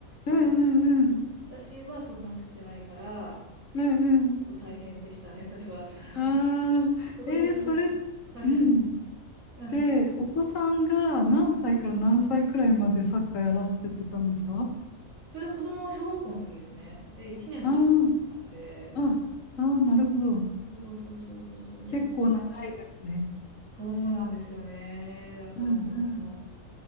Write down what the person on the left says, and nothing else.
うん、
うん、うん、
うん
うん。ああ、
えー、それ、
うん。
で、お子さんが何歳から何歳くらいまでサッカーやらせてたんですか
あーあ、ああ、なるほど。
結構長いですね。
うんう